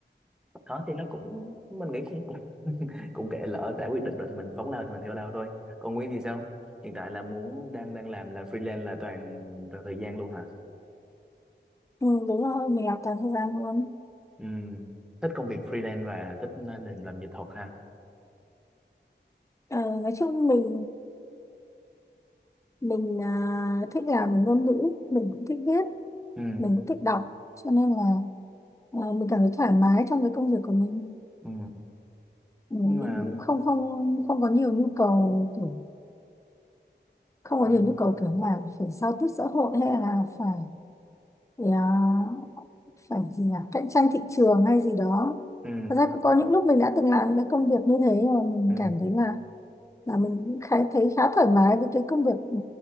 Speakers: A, in the centre; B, on the left.
A: đó thì nó cũng mình nghĩ cũng cũng, <laughs> cũng kệ lỡ đã quyết định rồi thì mình phóng lao thì mình theo lao thôi còn Nguyên thì sao hiện tại là muốn đang đang làm là freelance là toàn toàn thời gian luôn hả
B: ừ, đúng rồi mình làm toàn thời gian luôn
A: ừ. thích công việc freelance và thích à, làm làm dịch thuật ha
B: Ờ, nói chung mình mình à, thích làm về ngôn ngữ mình cũng thích viết
A: ừ.
B: mình cũng thích đọc cho nên là à, mình cảm thấy thoải mái trong cái công việc của mình
A: Ừ.
B: Ừ, mình
A: nhưng mà
B: cũng không không không có nhiều nhu cầu kiểu, không có
A: ừ.
B: nhiều nhu cầu kiểu là phải giao tiếp xã hội hay là phải à, phải gì nhỉ cạnh tranh thị trường hay gì đó
A: Ừ.
B: thật ra cũng có những lúc mình đã từng làm những cái công việc như thế mà mình
A: Ừ.
B: cảm thấy là là mình cũng khá thấy khá thoải mái với cái công việc ừ,